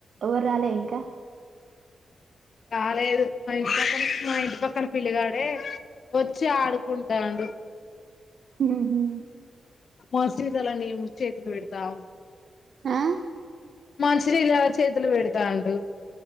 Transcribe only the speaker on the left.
రాలేదు మా ఇంటి పక్కన మా ఇంటి పక్కన పిలిగాడే వచ్చి ఆడుకుంటాండు
మసీదలండి ము చేతులు బెడతా ఉంటారు
మంచినీళ్ల చేతులు పెడుతాండు